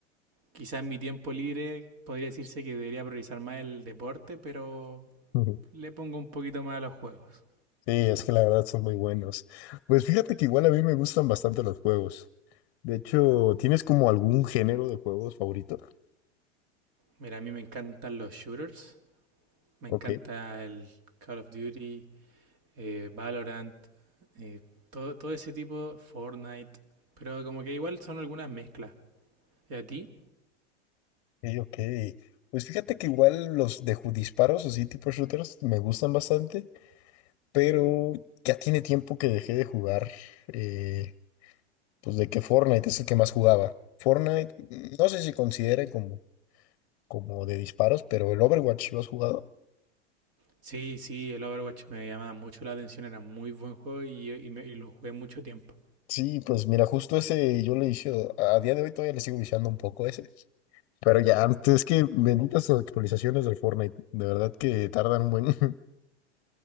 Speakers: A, on the right; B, on the left.
A: Quizás en mi tiempo libre podría decirse que debería priorizar más el deporte, pero
B: Ujú.
A: le pongo un poquito más a los juegos.
B: Sí, es que la verdad son muy buenos. Pues fíjate que igual a mí me gustan bastante los juegos. De hecho, ¿tienes como algún género de juegos favorito?
A: Mira, a mí me encantan los shooters, me
B: Ok.
A: encanta el Call of Duty, eh, Valorant, eh, todo, todo ese tipo, Fortnite, pero como que igual son algunas mezclas. ¿Y a ti?
B: Ok, ok. Pues fíjate que igual los de ju- disparos, así tipo shooters, me gustan bastante, pero ya tiene tiempo que dejé de jugar, eh, pues de que Fortnite es el que más jugaba. Fortnite, mm, no sé si considere como, como de disparos, pero el Overwatch lo has jugado.
A: Sí, sí, el Overwatch me llamaba mucho la atención, era muy buen juego y, y me- y lo jugué mucho tiempo.
B: Sí, pues mira, justo ese yo le vicio, a día de hoy todavía le sigo viciando un poco ese. Pero ya, antes es que benditas actualizaciones del Fortnite, de verdad que tardan un buen... <laughs>